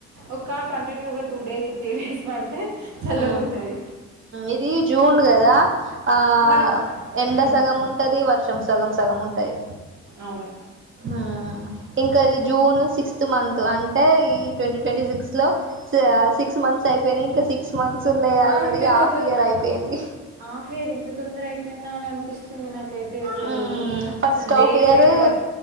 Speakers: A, on the right; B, on the right.
A: ఒక్క కంటిన్యూగా టూ డేస్ త్రీ డేస్ పడితే చల్లగుంటది
B: ఆ ఇది జూన్డ్ గదా ఆ
A: మరి
B: ఎండ
A: ఉమ్,
B: సగం ఉం టది వర్షం సగం సగం ఉంటయి
A: అవును
B: ఆ ఇంక ఈ జూన్ సిక్స్త్ మంత్ అంటే ఈ ట్వంటీ ట్వంటీ సిక్స్ లో సి ఆ సిక్స్ మంత్స్ అయిపోయినాయి ఇంక స్ క్స్ మన్సున్నయి ఆల్రెడీ
A: ఆ ఇంత
B: హాఫ్
A: తొందర
B: ఇయర్ అయిపోయింది.
A: హాఫ్ ఇయర్ ఇంత తొందర అయిపోయిందా అని అనిపిస్తుంది నాకైత్ తె అసలు
B: ఉమ్
A: ఒ
B: ఫస్ట్
A: అసల్ డేస్
B: హాఫ్ ఇయర్
A: అయితే వట్